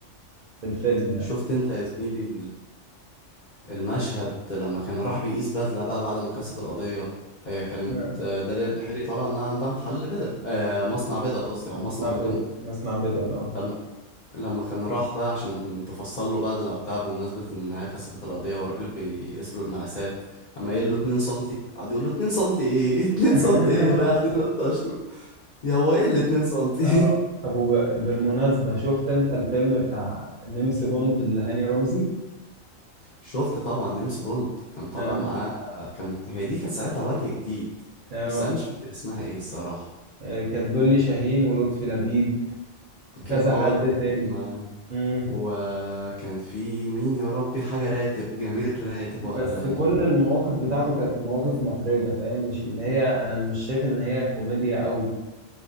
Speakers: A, on the right; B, on the left.
A: في الفيلم يعني
B: شفت انت يا زميلي المشهد لما كان راح بيقيس بدلة بقى بعد ما كسب القضية هي كانت
A: آه،
B: آه، داليا البحيري طالعة إنها عندها محل بدل آه مصنع بدل قصدي أو
A: مصنع
B: مصنع
A: بدل
B: هدوم
A: مصنع بدل اه
B: لما لما كان راح بقى عشان تفصل له بدلة وبتاع بمناسبة إن هي كسبت القضية والراجل بيقيس له المقاسات
A: مم.
B: أما يقول له 2 سنتي قعد يقول له 2 سنتي إيه <laughs> 2
A: <laughs>
B: سنتي إيه وقعد <laughs> ينطش له يا هو إيه ال 2 سنتي
A: اه ابو بالمناسبة شفت انت الفيلم بتاع نمس بوند اللي هاني رمزي
B: <laughs> شفت طبعا نيمس بوند كان طالع
A: اه
B: معاه كان هي دي كانت ساعتها وجه جديد
A: اه
B: بس أنا مش فاكر اسمها إيه الصراحة
A: آه، كانت دولي شاهين ولطفي لبيب وكذا
B: كان اه
A: حد
B: لطفي
A: تاني
B: لبيب معاه
A: مم.
B: وكان في مين يا ربي حاجة راتب جميل راتب ولا
A: بس كل المواقف بتاعته كانت مواقف محرجة فاهم مش اللي هي انا مش شايف ان هي كوميديا قوي